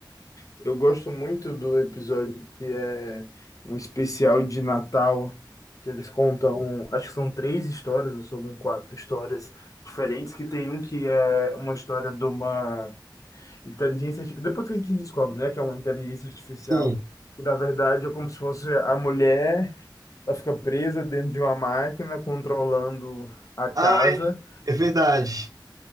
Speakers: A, on the left (about 45°); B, on the right (about 50°).
A: eu gosto muito do episódio que é um especial de Natal, que eles contam, acho que são três histórias, ou são quatro histórias diferentes, que tem um que é uma história de uma inteligência, arti- depois que a gente descobre, né, que é uma inteligência artificial,
B: Sim.
A: que na verdade é como se fosse a mulher, ela fica presa dentro de uma máquina controlando a casa.
B: Ai, é verdade.